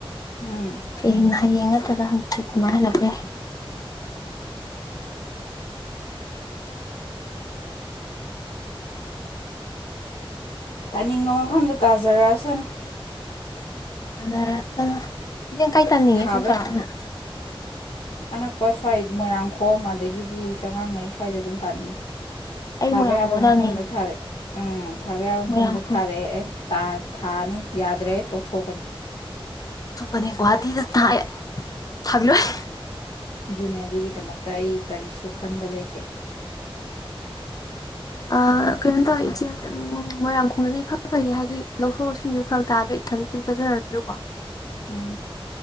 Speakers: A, on the left (about 65°); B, on the left (about 40°).
A: ꯎꯝ
B: ꯍꯦꯡ ꯍꯌꯦꯡ ꯅꯠꯇ꯭ꯔꯒ ꯍꯪꯆꯤꯠ ꯑꯗꯨꯃꯥꯏꯅ ꯍꯜꯂꯛꯄꯦ
A: ꯇꯥꯅꯤꯡꯕ ꯃꯐꯝꯗ ꯇꯥꯖꯔꯛꯑꯁꯅꯨ
B: ꯑꯗꯔ ꯌꯦꯡ ꯀꯥꯏ ꯇꯥꯅꯤꯡꯉꯦ
A: ꯊꯥꯕ
B: ꯁꯨꯝ ꯆꯂꯛꯅ
A: ꯑꯅꯛꯄ ꯁ꯭ꯋꯥꯏꯗ ꯃꯣꯏꯔꯥꯡꯈꯣꯝ ꯑꯗꯒꯤꯗꯤ ꯆꯉꯥꯡꯉꯩ ꯁ꯭ꯋꯥꯏꯗ ꯑꯗꯨꯝ ꯇꯥꯅꯤꯡꯏ
B: ꯑꯩ
A: ꯊꯥꯕ
B: ꯃꯣꯏꯔꯥꯡꯈꯣꯝ
A: ꯌꯥꯕ ꯃꯐꯝꯗ
B: ꯇꯝꯅꯤꯡꯉꯦ
A: ꯊꯥꯔꯛ ꯎꯝ ꯊꯥꯕ ꯌꯥꯕ ꯃꯐꯝꯗ
B: ꯃꯣꯏꯔꯥꯡꯈꯣꯝ
A: ꯊꯥꯔꯛꯑꯦ ꯑꯦ ꯊꯥꯅꯤ ꯌꯥꯗ꯭ꯔꯦ ꯇꯣꯛꯊꯣꯛꯀꯅꯤ
B: ꯊꯣꯛꯀꯅꯤ ꯒꯨꯍꯥꯇꯤꯗ ꯊꯥꯏ ꯊꯥꯕꯤꯔꯣꯏ
A: ꯑꯗꯨꯅꯦ ꯑꯗꯨꯒꯤꯗꯃꯛꯇ ꯑꯩ ꯀꯔꯤꯁꯨ ꯈꯟꯕ ꯂꯩꯇꯦ
B: ꯎꯝ ꯑ ꯀꯩꯅꯣ ꯇꯧꯋꯦ ꯏꯆꯦ ꯃꯣꯏꯔꯥꯡꯈꯣꯡꯗꯗꯤ ꯏꯐ ꯐꯩꯌꯦ ꯍꯥꯏꯗꯤ ꯂꯧꯊꯣꯛ ꯂꯧꯁꯤꯟꯁꯨ ꯐꯔꯛ ꯇꯥꯗ꯭ꯔꯦ ꯏꯊꯟ ꯑꯗꯨꯝ ꯆꯠꯆꯔꯖꯨ ꯀꯣ
A: ꯎꯝ